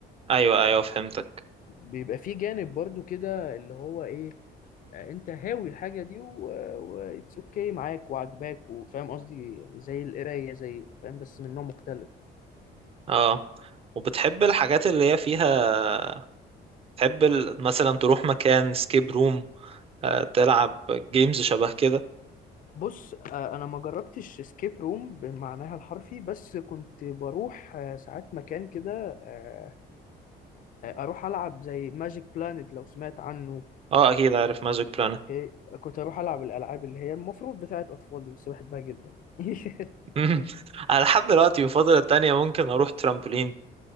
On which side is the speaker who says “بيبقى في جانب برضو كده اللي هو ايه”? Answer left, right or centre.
Left